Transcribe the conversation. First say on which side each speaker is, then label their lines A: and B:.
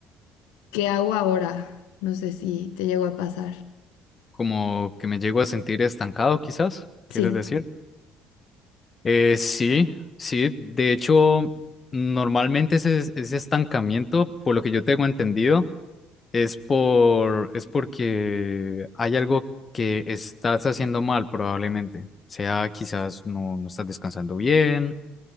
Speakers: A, on the left (about 70°); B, on the left (about 30°).
A: ¿qué hago ahora? No sé si te llegó a pasar.
B: como que me llego a sentir estancado, quizás,
A: Sí,
B: ¿quieres decir? Eh, sí, sí, de hecho, normalmente ese, ese estancamiento, por lo que yo tengo entendido, es por, es porque hay algo que estás haciendo mal probablemente. Sea quizás no, no estás descansando bien,